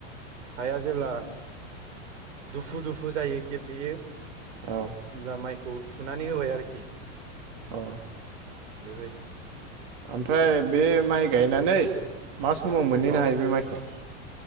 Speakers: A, on the right; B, on the right.
A: हाया जेब्ला दुफु दुफु जायो गेब्लेयो होमब्ला
B: औ
A: माइखौ थुनानै होबाय आरोखि
B: अ
A: बेबायदि
B: ओमफ्राय बे माइ गायनानै मा समाव मोनहैनो
A: औ
B: हायो बे माइखौ